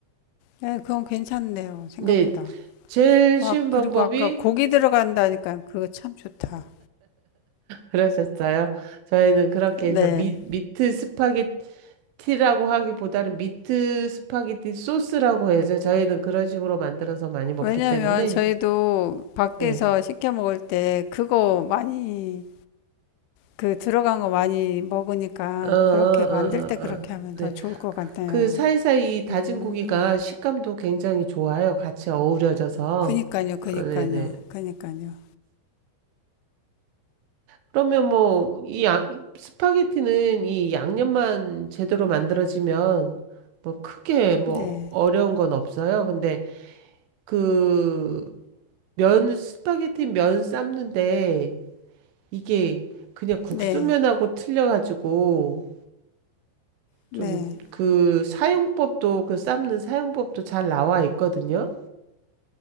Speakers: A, on the left (about 85°); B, on the right (about 90°).
A: 네, 그건 괜찮네요. 생각보다.
B: 네, 제일
A: 아,
B: 쉬운
A: 그리고
B: 방법이
A: 아까 고기 들어간다니까 그거 참 좋다.
B: 그러셨어요. 저희는 그렇게
A: 네.
B: 해서 미, 미트 스파게티라고 하기보다는 미트 스파게티 소스라고 해서 저희는 그런 식으로 만들어서 많이 먹기
A: 왜냐면
B: 때문에
A: 저희도 밖에서
B: 네.
A: 시켜 먹을 때 그거 많이 그 들어간 거 많이 먹으니까
B: 어, 어, 어,
A: 그렇게 만들 때 그렇게
B: 어, 어.
A: 하면
B: 네.
A: 더 좋을 것 같아요.
B: 그 사이사이 다진
A: 음,
B: 고기가 식감도 굉장히 좋아요. 같이 어우러져서.
A: 그니까요, 그니까요,
B: 아, 네네.
A: 그니까요.
B: 그러면 뭐, 이 양, 스파게티는 이 양념만 제대로 만들어지면 뭐 크게 뭐
A: 네,
B: 어려운 건 없어요. 근데 그 면, 스파게티 면 삶는데 이게 그냥 국수면하고
A: 네,
B: 틀려가지고
A: 네.
B: 좀 그 사용법도 그 삶는 사용법도 잘 나와 있거든요.